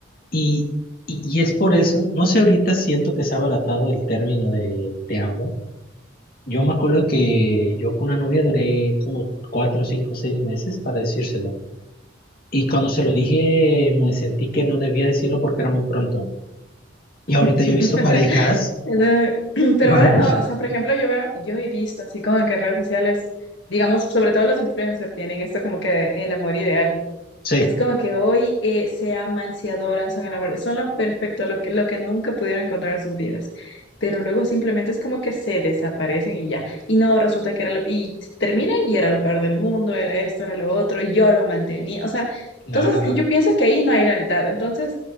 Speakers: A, on the left; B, on the left.
A: y, y, y es por eso, no sé, ahorita siento que se ha abaratado el término de te amo yo me acuerdo que yo con una novia duré como cuatro, cinco, seis meses para decírselo. Y cuando se lo dije, me sentí que no debía decirlo porque era muy pronto. Y
B: <laughs>
A: ahorita yo he visto parejas.
B: Eh, <clears throat> Pero
A: que, bueno,
B: ahora no, o sea, por ejemplo, yo veo, yo he visto así como que en redes sociales, digamos, sobre todo los influencers tienen esto como que el amor ideal.
A: Sí,
B: Es como que hoy eh, se aman, se adoran, son enamorados, son lo perfecto, lo que, lo que nunca pudieron encontrar en sus vidas. Pero luego simplemente es como que se desaparecen y ya. Y no, resulta que era lo... Y terminan y era lo peor del mundo, era esto, era lo otro, y yo lo mantenía. O sea,
A: claro.
B: entonces yo pienso que ahí no hay lealtad. Entonces,